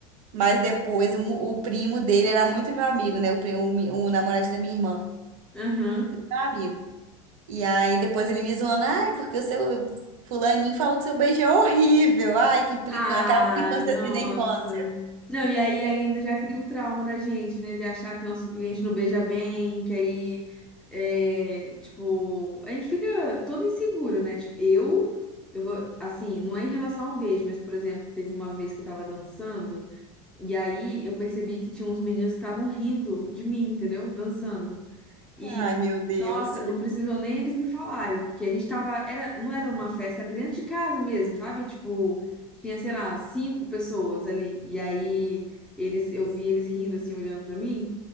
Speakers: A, on the right; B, in the centre.
A: Mas depois um- o primo dele era muito meu amigo, né? O, primo, o, mi- o namoradinho da minha irmã,
B: Aham.
A: meu amigo. E aí depois ele me zoando, ai, porque o seu fulaninho falou que seu beijo é horrível. Ai, que implicância,
B: Ah,
A: aquela implicância
B: nossa.
A: assim da infância.
B: Não, e aí ainda já cria o trauma na gente, né? De achar que nosso que a gente não beija bem, que aí, é, tipo, a gente fica todo inseguro, né? Tipo, eu, eu vou, assim, não é em relação ao beijo, mas, por exemplo, teve uma vez que eu tava dançando, e aí eu percebi que tinha uns meninos que estavam rindo de mim, entendeu? Dançando. E,
A: Ai, meu Deus.
B: nossa, não precisou nem eles me falarem, porque a gente tava, era, não era uma festa, era dentro de casa mesmo, sabe? Tipo, tinha, sei lá, cinco pessoas ali. E aí eles, eu vi eles rindo assim, olhando pra mim,